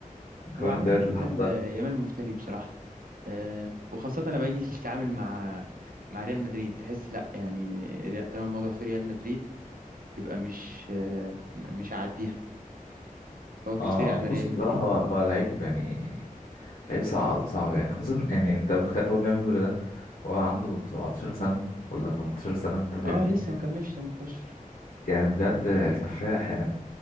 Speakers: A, on the left (about 85°); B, on the right (about 80°).
A: الجون
B: هو عامة
A: التالت
B: يمال
A: اللي حطه
B: يمال مفتري بصراحة آه وخاصة لما يجي <laughs> يتعامل مع مع ريال مدريد تحس لا يعني ريال- تمام الموضوع في ريال مدريد يبقى مش آه م- مش هعديها فهو بيفتري
A: اه
B: على
A: بص
B: ريال
A: بصراحه
B: مدريد
A: هو هو لعيب يعني لعيب صعب صعب يعني خصوصا يعني انت متخيل هو بيعمل كل ده هو عنده 17 سنه ولا 18 سنه انت فاهمني
B: اه لسه ما كملش 18
A: يعني بجد سفاح يعني